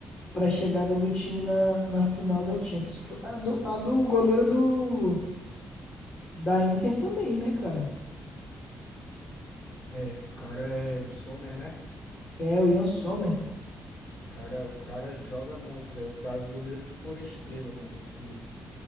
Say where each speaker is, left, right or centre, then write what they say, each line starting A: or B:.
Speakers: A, on the left; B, on the left.
A: para a chegada do time na, na final da Champions. Fo- A do, a do goleiro do, da Inter também, né, cara?
B: É, o cara é o Sommer, né?
A: É, o Ian Sommer.
B: Cara, o cara joga muito, velho. Os caras, os goleiros que foram estrela, mano, nesse,